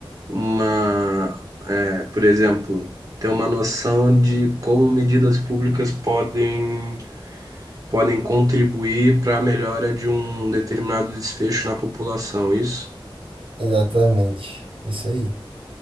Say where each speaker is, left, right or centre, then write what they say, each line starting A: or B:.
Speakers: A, on the right (about 40°); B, on the right (about 70°).
A: uma. é, por exemplo, ter uma noção de como medidas públicas podem. podem contribuir para a melhora de um determinado desfecho na população, isso?
B: Exatamente, isso aí.